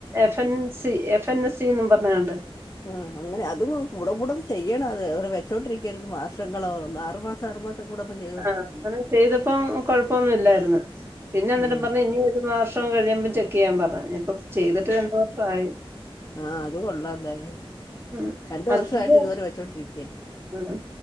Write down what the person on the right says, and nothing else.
F N C F N C എന്നും പറഞ്ഞ്ങ്ങാണ്ട്.
ആ അങ്ങനെ ചെയ്തപ്പം കൊഴപ്പൊന്നും ഇല്ലായിരുന്ന്. പിന്നെ ഇന്നട്ടും
പറഞ്ഞ് ഇഞ്ഞ് ഒരു വാർഷം കഴിയുമ്പം ചെക്ക് ചെയ്യാൻ പറ്ഞ്ഞ്. ഇഞ്പ്പം ചെയ്തിട്ട് രണ്ടു വർഷം ആയി.
ഉം
അധികം
ഉം